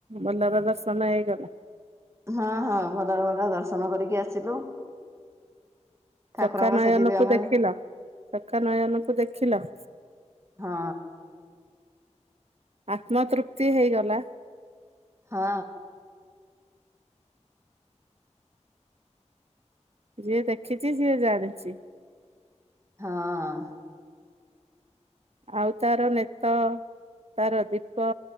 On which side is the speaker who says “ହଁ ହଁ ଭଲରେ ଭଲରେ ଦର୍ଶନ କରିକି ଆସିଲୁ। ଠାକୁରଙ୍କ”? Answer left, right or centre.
Right